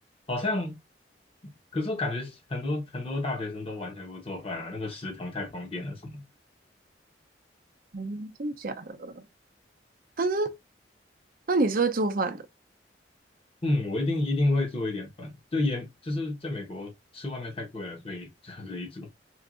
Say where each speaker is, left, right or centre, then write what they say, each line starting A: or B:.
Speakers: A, on the left; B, on the right.
A: 好像，可是我感觉很多很多大学生都完全不做饭啊，那个食堂太方便了什么的
B: 嗯，真的假的？但是，那你是会做饭的？
A: 嗯，我一定一定会做一点饭，就也就是在美国吃外面太贵了，所以 <laughs> 就自己煮。